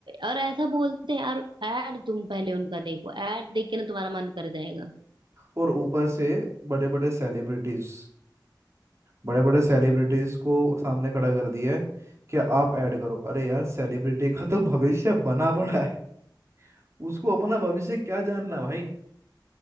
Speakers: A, on the right; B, on the right.
A: और ऐसा बोलते हैं यार ऐड तुम पहले उनका देखो ऐड देख के ना तुम्हारा मन कर जाएगा
B: और ऊपर से बड़े बड़े सेलिब्रिटीज बड़े बड़े सेलिब्रिटीज को सामने खड़ा कर दिया है कि आप ऐड करो अरे यार सेलिब्रिटी का तो भविष्य बना पड़ा है उसको अपना भविष्य क्या जानना भाई